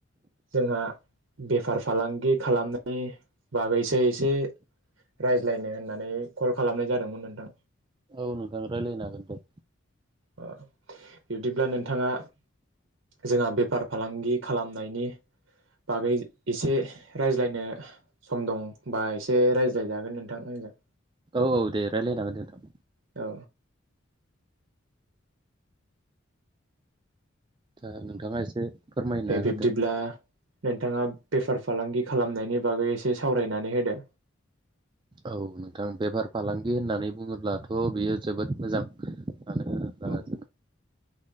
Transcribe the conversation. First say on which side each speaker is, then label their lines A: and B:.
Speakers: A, on the right; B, on the right.
A: जोंहा बेफार फालांगि खालामनायनि बागैसो एसे रायज्लायनो होननानै कल खालामनाय जादोंमोन नोंथां
B: औ नोंथां रायलायनो हागोन दे
A: अ बिब्दिब्ला नोंथाङा जोंहा बेफार फालांगि खालामनायनि बागै एसे रायज्लायनो सम दंबा एसे रायज्लायजागोन नोंथां आंजों
B: औ औ दे रायज्लायनांगोन नोंथां
A: औ
B: दा नोंथाङा एसे फोरमायना
A: दे बिब्दिब्ला
B: होदो
A: नोंथाङा बेफार फालांगि खालामनायनि बागै एसे सावरायनानै होदो
B: औ नोंथां बेफार फालांगि होननानै बुङोब्लाथ' बियो जोबोद मोजां मानो होनोब्ला
A: औ
B: जों